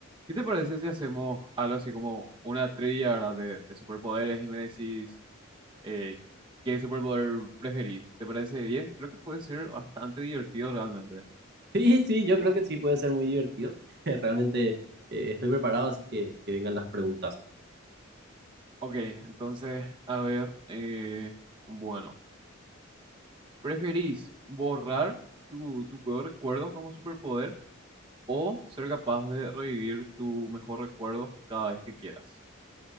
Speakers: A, on the right (about 20°); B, on the right (about 50°).
A: ¿Qué te parece si hacemos algo así como una trivia, ¿verdad? De, de superpoderes y me decís eh, qué superpoder preferís. ¿Te parece bien? Creo que puede ser bastante divertido realmente.
B: Sí, sí, yo creo que sí puede ser muy divertido. <laughs> Realmente eh, estoy preparado, así que que vengan las preguntas.
A: Ok, entonces, a ver, eh, bueno, ¿preferís borrar tu, tu peor recuerdo como superpoder o ser capaz de revivir tu mejor recuerdo cada vez que quieras?